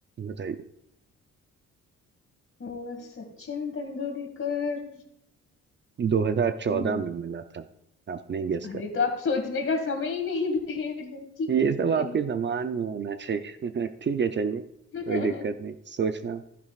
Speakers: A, on the right (about 35°); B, on the left (about 45°).
A: बताइए
B: अ, सचिन तेंदुलकर
A: 2014
B: हम्म,
A: में मिला था आपने गेस
B: अरे
A: कर
B: तो आप सोचने का समय ही नहीं दे रहे ठीक
A: ये
B: है कोई
A: सब आपके
B: नहीं
A: जमान में होना चाहिए <laughs> ठीक है चलिए कोई
B: <laughs>
A: दिक्कत नहीं सोचना